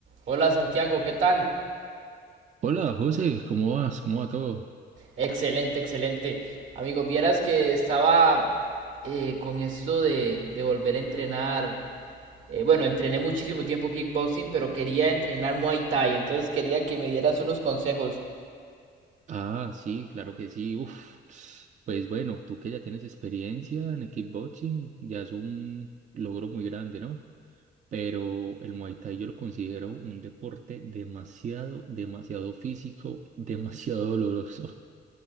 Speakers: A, on the right (about 80°); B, on the right (about 40°).
A: Hola Santiago, ¿qué tal?
B: Hola José, ¿cómo vas? ¿Cómo va todo?
A: Excelente, excelente. Amigo, vieras que estaba eh, con esto de, de volver a entrenar. eh, bueno, entrené muchísimo tiempo kickboxing, pero quería entrenar Muay Thai, entonces quería que me dieras unos consejos.
B: Ah, sí, claro que sí. Uf, pues bueno, tú que ya tienes experiencia en el kickboxing, ya es un logro muy grande, ¿no? Pero el Muay Thai yo lo considero un deporte demasiado, demasiado físico, demasiado doloroso.